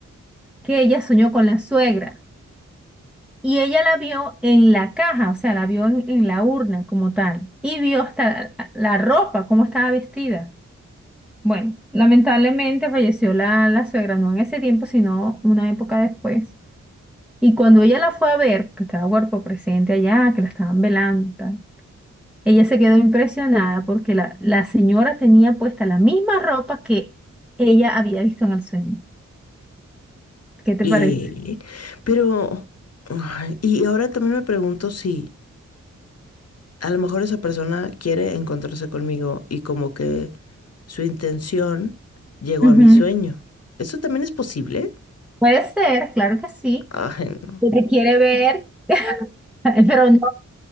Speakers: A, in the centre; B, on the left (about 55°).
A: que ella soñó con la suegra. Y ella la vio en la caja, o sea, la vio en, en la urna como tal, y vio hasta la, la ropa, cómo estaba vestida. Bueno, lamentablemente falleció la, la suegra, no en ese tiempo, sino una época después. Y cuando ella la fue a ver, que estaba cuerpo presente allá, que la estaban velando, y tal, ella se quedó impresionada porque la, la señora tenía puesta la misma ropa que ella había visto en el sueño. ¿Qué te
B: Y,
A: parece?
B: pero, ay, y ahora también me pregunto si a lo mejor esa persona quiere encontrarse conmigo y como que su intención llegó
A: Ujú.
B: a mi sueño. ¿Eso también es posible?
A: Puede ser, claro que sí.
B: Ay, no.
A: que Te quiere ver. <laughs> Pero no